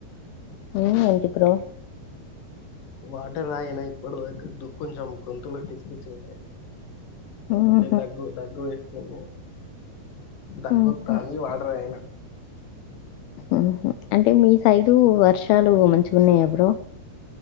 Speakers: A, on the left; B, on the left.
A: ఏ ఏంటి బ్రో
B: వాటర్ తాగరా ఇప్పటివరకు దుఃఖం చంపుకుంటున్న టి కిచుండే
A: ఉహు
B: దగ్గు దగ్గు వేస్తుంది దగ్గొతాంది
A: ఉహు
B: వాటర్ తాగిన
A: మ్మ్ఉహ్మ్ అంటే మీ సైడు వర్షాలు మంచిగున్నాయా బ్రో